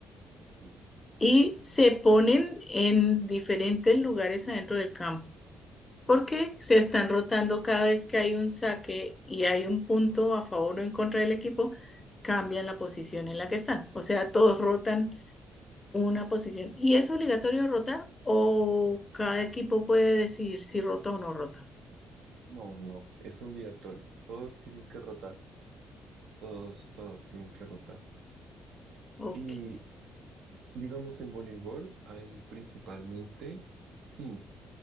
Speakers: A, on the right; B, on the left.
A: sí,
B: y se ponen en diferentes lugares adentro del campo, porque se
A: exacto.
B: están rotando cada vez que hay un saque y hay un punto a favor o en contra del equipo, cambian la posición en la que están. O sea, todos rotan una posición. ¿Y es obligatorio rotar o cada equipo puede decidir si rota o no rota?
A: No, no, es obligatorio. Todos tienen que rotar. Todos, todos tienen que rotar.
B: Ok.
A: Y digamos en voleibol hay principalmente cinco,